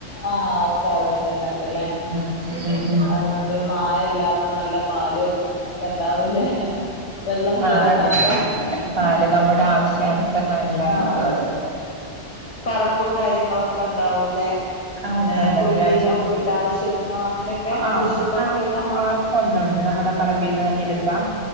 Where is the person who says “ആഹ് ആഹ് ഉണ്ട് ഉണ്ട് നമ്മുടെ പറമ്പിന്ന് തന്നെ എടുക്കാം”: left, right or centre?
Right